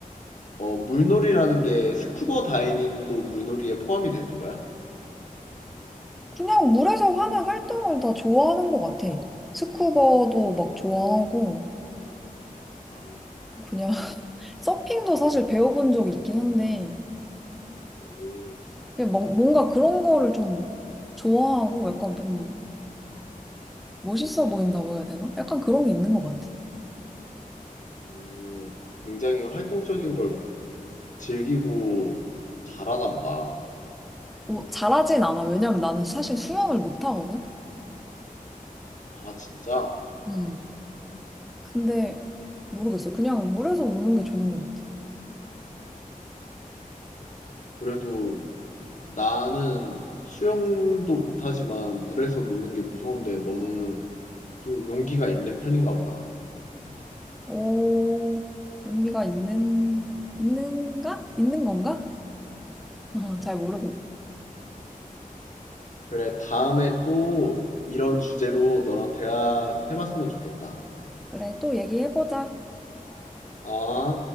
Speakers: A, on the left; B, in the centre.
A: 어 물놀이라는 게 스쿠버 다이빙도 물놀이에 포함이 되는 거야?
B: 그냥 물에서 하는 활동을 다 좋아하는 것 같아. 스쿠버도 막 좋아하고,
A: 아,
B: 그냥 <laughs> 서핑도 사실 배워본 적이 있긴 한데,
A: 오,
B: 그냥 뭔- 뭔가 그런 거를 좀 좋아하고, 약간 좀 멋있어 보인다고 해야 되나? 약간 그런 게 있는 것 같아.
A: 오, 굉장히 활동적인 걸 즐기고 잘하나 보다.
B: 뭐, 잘하진 않아. 왜냐면 나는 사실 수영을 못 하거든?
A: 아, 진짜?
B: 음. 근데, 모르겠어. 그냥 물에서 노는 게 좋은 것 같아.
A: 그래도 나는 수영도 못하지만 물에서 노는 게 무서운데 너는 좀 용기가 있는 편인가 보다.
B: 오, 용기가 있는, 있는가? 있는 건가? 어, 잘 모르겠.
A: 그래, 다음에 또 이런 주제로 너랑 대화해봤으면 좋겠다.
B: 그래, 또 얘기해보자.
A: 아.